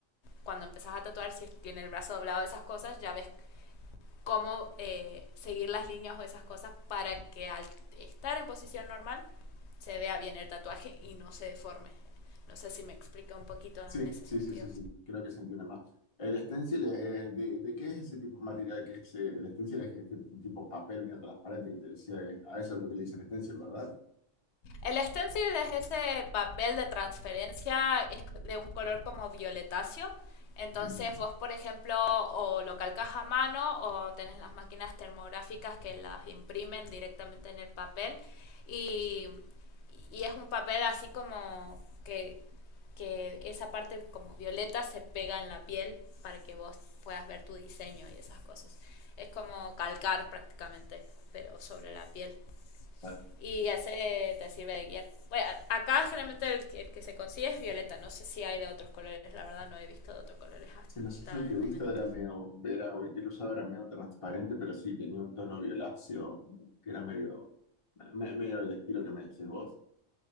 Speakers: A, on the left (about 65°); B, on the left (about 35°).
A: cuando empezás a tatuar, si tiene el brazo doblado, esas cosas, ya ves cómo eh, seguir las líneas o esas cosas para que al estar en posición normal se vea bien el tatuaje y no se deforme. No sé si me explica un poquito
B: Sí,
A: en ese
B: sí,
A: sentido.
B: sí, sí, sí, creo que se entiende más. El stencil, eh, de, de qué es ese tipo de material? que es, eh, el stencil es este tipo papel medio transparente que te decía, eh, a eso es lo que le dicen stencil, ¿verdad?
A: El stencil es ese papel de transferencia es de un color como violetáceo. Entonces
B: Ujú.
A: vos, por ejemplo, o lo calcas a mano o tenés las máquinas termográficas que las imprimen directamente en el papel y, y es un papel así como que, que esa parte como violeta se pega en la piel para que vos puedas ver tu diseño y esas cosas. Es como calcar prácticamente, pero sobre la piel
B: Vale.
A: y ese te sirve de guía. Bueno, acá generalmente el, que- el que se consigue es violeta, no sé si hay de otros colores, la verdad no he visto de otros colores
B: Sí, no sé,
A: hasta
B: yo el que
A: el
B: he
A: momento.
B: visto era medio, era, o el que lo usaba era medio transparente, pero sí tenía un tono violáceo, que era medio, me- medio del estilo que me decís vos.